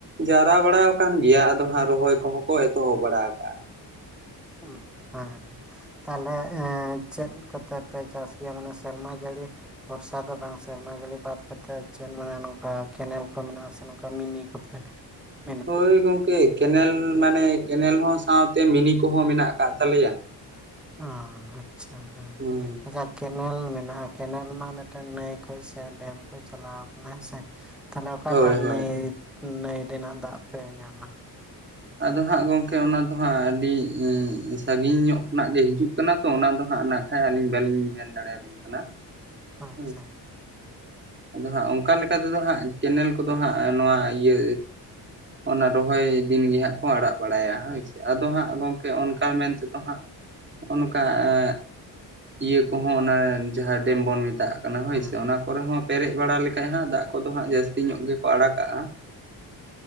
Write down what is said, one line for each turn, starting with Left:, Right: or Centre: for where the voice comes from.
Right: ᱡᱟᱣᱨᱟ ᱵᱟᱲᱟᱣ ᱠᱟᱱ ᱜᱮᱭᱟ᱾ ᱟᱫᱚ ᱦᱟᱸᱜ ᱨᱚᱦᱚᱭ ᱠᱚᱦᱚᱸ ᱠᱚ ᱮᱛᱚᱦᱚᱵ ᱵᱟᱲᱟ ᱠᱟᱜᱼᱟ᱾
Centre: ᱩᱸ ᱦᱮᱸ, ᱛᱟᱞᱦᱮ ᱮᱸ ᱪᱮᱫ ᱠᱟᱛᱮ ᱯᱮ ᱪᱟᱥ ᱜᱮᱭᱟ, ᱢᱟᱱᱮ ᱥᱮᱨᱢᱟ ᱡᱟᱹᱲᱤ ᱵᱚᱨᱥᱟ ᱫᱚ ᱵᱟᱝ ᱥᱮᱨᱢᱟ ᱡᱟᱹᱲᱤ ᱵᱟᱫ ᱠᱟᱛᱮᱜ ᱪᱮᱫ ᱢᱟᱱᱮ ᱱᱚᱝᱠᱟ ᱠᱮᱱᱮᱞ ᱠᱚ ᱢᱮᱱᱟᱜᱼᱟ, ᱥᱮ ᱱᱚᱝᱠᱟ ᱢᱤᱱᱤ ᱠᱚᱛᱮ? <unintelligible>
Right: ᱦᱳᱭ ᱜᱚᱝᱠᱮ, ᱠᱮᱱᱮᱞ ᱢᱟᱱᱮ ᱠᱮᱱᱮᱞ ᱦᱚᱸ ᱥᱟᱶᱛᱮ ᱢᱤᱱᱤ ᱠᱚᱦᱚᱸ ᱢᱮᱱᱟᱜ ᱠᱟᱜ ᱛᱟᱞᱮᱭᱟ᱾
Centre: ᱚ ᱟᱪᱪᱷᱟ, ᱦᱮᱸ
Right: ᱦᱩᱸ
Centre: ᱟᱪᱪᱷᱟ ᱠᱮᱱᱮᱞ ᱢᱮᱱᱟᱜᱼᱟ, ᱠᱮᱱᱮᱞ ᱢᱟ ᱢᱤᱫᱴᱮᱱ ᱱᱟᱹᱭ ᱠᱷᱚᱡ ᱥᱮ ᱰᱮᱢ ᱠᱷᱚᱱ ᱪᱟᱞᱟᱣ ᱠᱟᱱᱟ ᱦᱮᱸᱥᱮ? ᱛᱟᱦᱚᱞᱮ ᱚᱠᱟᱴᱟᱜ
Right: ᱦᱳᱭ ᱦᱳᱭ
Centre: ᱱᱟᱹᱭ ᱱᱟᱹᱭ ᱨᱮᱱᱟᱜ ᱫᱟᱜ ᱯᱮ ᱧᱟᱢᱟ?
Right: ᱟᱫᱚ ᱦᱟᱸᱜ ᱜᱚᱝᱠᱮ ᱚᱱᱟ ᱫᱚ ᱦᱟᱸᱜ ᱟᱹᱰᱤ ᱥᱟᱺᱜᱤᱧ ᱧᱚᱜ ᱠᱷᱚᱱᱟᱜ ᱜᱮ ᱦᱤᱡᱩᱜ ᱠᱟᱱᱟ ᱛᱚ, ᱚᱱᱟ ᱫᱚ ᱦᱟᱸᱜ ᱱᱟ ᱦᱮᱸ ᱟᱹᱞᱤᱧ ᱵᱟᱹᱞᱤᱧ ᱢᱮᱱ ᱫᱟᱲᱮᱭᱟᱵᱤᱱ ᱠᱟᱱᱟ᱾
Centre: ᱟᱪᱪᱷᱟ
Right: ᱦᱳᱭ
Centre: ᱾
Right: ᱟᱫᱚ ᱦᱟᱸᱜ ᱚᱝᱠᱟ ᱞᱮᱠᱟ ᱛᱮᱫᱚ ᱦᱟᱸᱜ ᱠᱮᱱᱮᱞ ᱠᱚᱫᱚ ᱦᱟᱸᱜ ᱱᱚᱣᱟ ᱤᱭᱟᱹ ᱚᱱᱟ ᱨᱚᱦᱚᱭ ᱫᱤᱱ ᱜᱮ ᱦᱟᱸᱜ ᱠᱚ ᱟᱲᱟᱜ ᱵᱟᱲᱟᱭᱟ ᱦᱳᱭᱥᱮ ᱟᱫᱚ ᱦᱟᱸᱜ ᱜᱚᱝᱠᱮ ᱚᱱᱠᱟ ᱢᱮᱱ ᱛᱮᱫᱚ ᱦᱟᱸᱜ ᱚᱱᱠᱟ ᱟ ᱤᱭᱟᱹ ᱠᱚᱦᱚᱸ ᱚᱱᱟ ᱡᱟᱦᱟᱸ ᱰᱮᱢ ᱵᱚᱱ ᱢᱮᱛᱟᱜᱼᱟ ᱾ ᱠᱟᱱᱟ ᱦᱳᱭᱥᱮ
Centre: ᱦᱮᱸ
Right: ᱚᱱᱟ ᱠᱚᱨᱮ ᱦᱚᱸ ᱯᱮᱨᱮᱡ ᱵᱟᱲᱟ ᱞᱮᱠᱷᱟᱡ ᱦᱟᱸᱜ ᱫᱟᱜ ᱠᱚᱫᱚ ᱦᱟᱸᱜ ᱡᱟᱹᱥᱛᱤ ᱧᱚᱜ ᱜᱮᱠᱚ ᱟᱲᱟᱜᱼᱟ ᱾